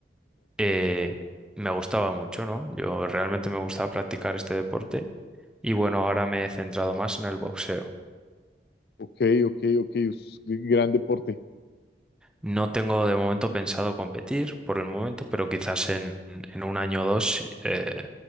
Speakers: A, in the centre; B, on the left.
A: Eh, me gustaba mucho, ¿no? Yo realmente me gustaba practicar este deporte y bueno, ahora me he centrado más en el boxeo.
B: ok, ok, ok, es un gran deporte.
A: No tengo de momento pensado competir por el momento, pero quizás en, en un año o dos eh,